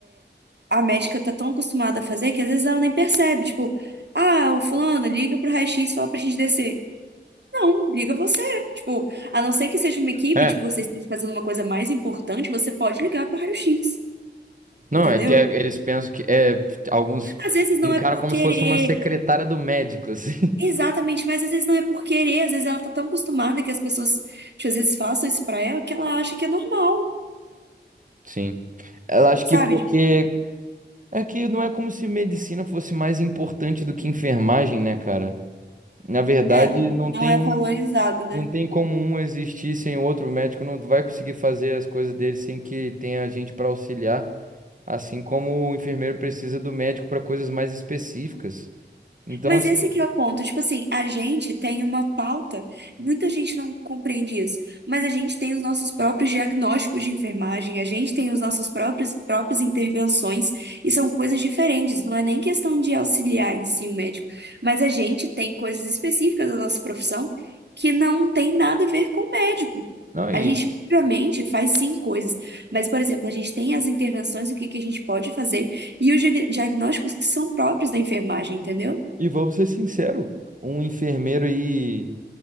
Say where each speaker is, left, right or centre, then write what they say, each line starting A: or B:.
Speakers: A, on the right; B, on the right.
A: a médica tá tão acostumada a fazer que às vezes ela nem percebe. Tipo, ah, o fulano, liga pro raio-x e fala pra gente descer. Não, liga você. Tipo, a não ser que seja uma equipe,
B: É,
A: tipo, vocês estão fazendo uma coisa mais importante, você pode ligar pro raio-x.
B: não,
A: Entendeu?
B: é, que, é, eles pensam que é, alguns
A: Às vezes não
B: encaram
A: é por
B: como
A: querer.
B: se fosse uma secretária do médico, assim.
A: Exatamente, mas às vezes não é por querer. Às vezes ela tá tão acostumada que as pessoas, tipo, às vezes façam isso pra ela que ela acha que é normal.
B: <laughs> Sim. Eu acho
A: Sabe?
B: que porque é que não é como se medicina fosse mais importante do que enfermagem, né, cara? Na verdade,
A: É, não,
B: não
A: não
B: tem
A: é
B: um,
A: valorizado, né?
B: não tem como um existir sem o outro. O médico não vai conseguir fazer as coisas dele sem que tenha gente para auxiliar, assim como o enfermeiro precisa do médico para coisas mais específicas. Então,
A: Mas
B: assim,
A: esse que é o ponto. Tipo assim, a gente tem uma pauta, muita gente não compreende isso, mas a gente tem os nossos próprios diagnósticos de enfermagem, a gente tem os nossos próprios próprias intervenções, e são coisas diferentes, não é nem questão de auxiliar em si o médico, mas a gente tem coisas específicas da nossa profissão que não tem nada a ver com o médico.
B: não, e
A: A gente, obviamente, faz sim coisas, mas, por exemplo, a gente tem as intervenções, o que que a gente pode fazer, e os dia- diagnósticos que são próprios da enfermagem, entendeu?
B: E vamos ser sinceros, um enfermeiro e